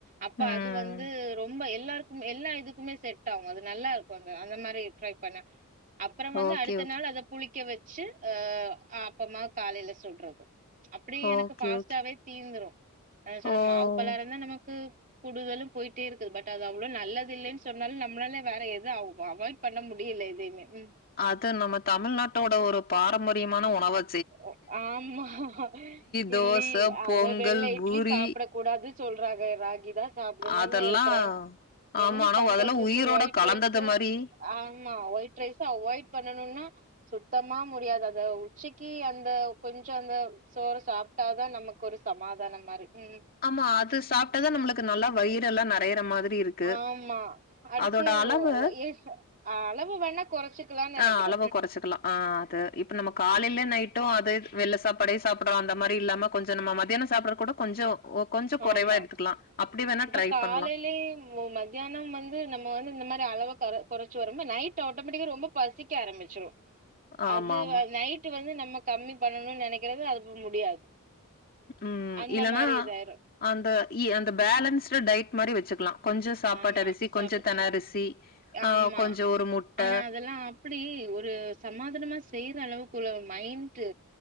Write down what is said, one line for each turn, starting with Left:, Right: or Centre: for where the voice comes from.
Right: அப்ப
Left: ம்.
Right: அது வந்து ரொம்ப எல்லார்க்குமே எல்லா இதுக்குமே செட் ஆவு அது நல்லா இருக்கு அந்த அந்த மாரி ட்ரை பண்ணே அப்றோ வந்து
Left: ஓகே,
Right: அடுத்த
Left: ஓகே.
Right: நாள் அத புளிக்க வெச்சு அ அப்பமா காலைல சுட்றது அப்டி
Left: ஓகே,
Right: எனக்கு ஃபாஸ்ட்டாவே
Left: ஓகே.
Right: தீந்துரு அதா சொன்ன
Left: ஓ!
Right: மாவு பலகாரந்தா நமக்கு கூடுதலு போய்ட்டே இருக்குது பட் அது அவ்ளோ நல்லதில்லைன் சொன்னாலு நம்ளால வேற எத அவ் அவாய்ட் பண்ண முடி இல்ல எதைமே ம்
Left: அது நம்ம தமிழ்நாட்டோட ஒரு பாரம்பரியமான உணவு
Right: ஓ ஆமா இட்டிலி
Left: தோச,
Right: அதா
Left: பொங்கல்,
Right: வெள்ள இட்லி
Left: பூரி
Right: சாப்பட கூடாது சொல்றாங்க ராகி தா சாப்டணுனு
Left: அதெல்லா
Right: இருக்கறே
Left: ஆமா
Right: என்ன
Left: ஆனா
Right: பண்றதுக்கு
Left: அதெல்லா உயிரோட
Right: ஒய்ட்
Left: கலந்தது
Right: ரைஸு
Left: மாரி
Right: ஆமா ஒய்ட் ரைஸ அவாய்ட் பண்ணனுன்னா சுத்தமா முடியாது அத உச்சிக் கி அந்த கொஞ்சோ அந்த சோறு சாப்ட்டா தா நமக்கொரு சமாதான மாரி ம்
Left: ஆமா அது சாப்ட்டா தா நம்மளுக்கு நல்லா வயிறெல்லா நெறையிற மாதிரி இருக்கு
Right: ஆமா அடுத்து
Left: அதோட அளவு
Right: ஓ ஓ ஏஃபு அ அளவு வேணா கொறச்சுக்கலான் நெனைக்கறே
Left: ஆ அளவ கொறச்சுக்கலா ஆ அது இப்ப நம்ம காலைல நைட் டு அது வெள்ள சாப்பாடே சாப்புட்றோ அந்த மாரி இல்லாம கொஞ்சோ நம்ம மத்யானோ சாப்பிட்ற கூட கொஞ்சோ கொஞ்சோ குறைவா
Right: ஆமா
Left: எடுத்துக்கலா அப்டி வேணா
Right: இப்ப
Left: ட்ரை
Right: காலைலே
Left: பண்லா
Right: ஓ மத்யானம் வந்து நம்ம வந்து இந்த மாரி அளவு தர கொறச்சு வரும்போ நைட்டு ஆட்டோமெட்டிக்கா ரொம்ப பசிக்க ஆரம்பிச்சுரு
Left: ஆமா
Right: அது
Left: ஆமா
Right: வந் நைட்டு வந்து நம்ம கம்மி பண்ணனு நெனைக்கறது அது முடியாது
Left: ம்
Right: அந்த
Left: இல்லனா
Right: மாரி இதாயிரு
Left: அந்த இ அந்த பேலன்ஸ்டு டயட் மாரி வெச்சுக்கலா கொஞ்சோ சாப்பாட்டு
Right: ஆமா
Left: அரிசி,
Right: சாப்பிடுச்சு
Left: கொஞ்சோ தெண அரிசி, ஆ
Right: ஆமா.
Left: கொஞ்சோ ஒரு முட்ட
Right: ஆனா அதெல்லாம் அப்படி ஒரு சமாதானமா செய்யற அளவுக்கு உள்ள மைண்ட்டு